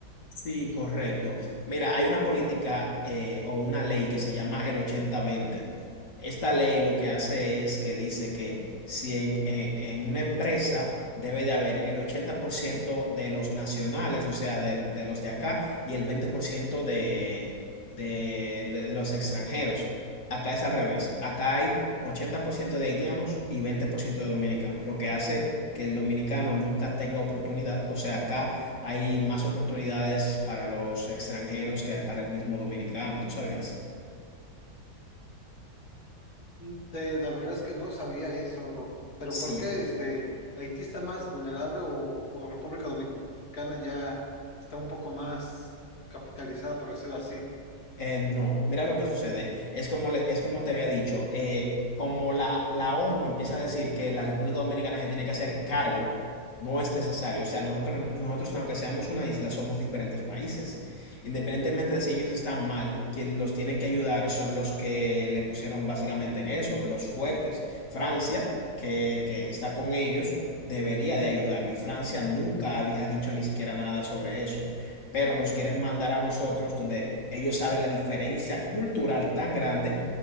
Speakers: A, on the left; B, on the left.
A: Sí, correcto. Mira, hay una política eh, o una ley que se llama el ochenta veinte. Esta ley lo que hace es que dice que si en, eh, en una empresa debe de haber el 80% de los nacionales, o sea, de, de los de acá, y el 20% de, de, de de los extranjeros. Acá es al revés. Acá hay 80% de haitianos y 20% de dominicanos, lo que hace que el dominicano nunca tenga oportunidad. O sea, acá hay más oportunidades para los extranjeros que para el mismo dominicano, ¿tú sabías?
B: Mm, De, la verdad es que no sabía eso, bro. Pero
A: Sí.
B: ¿por qué este Haití está más vulnerable o, o República Dominicana ya está un poco más capitalizada, por decirlo así?
A: Eh, no, mira lo que sucede. Es como, le- es como te había dicho, eh, como la, la ONU empieza a decir que la República Dominicana se tiene que hacer cargo, no es necesario. O sea, nosotros, no- nosotros aunque seamos una isla, somos diferentes países. Independientemente de si ellos están mal, quien los tienen que ayudar son los que le pusieron básicamente en eso, los fuertes. Francia, que, que está con ellos, debería de ayudarlo y Francia nunca ha ha dicho ni siquiera nada sobre eso pero nos quieren mandar a nosotros donde ellos saben la diferencia cultural tan grande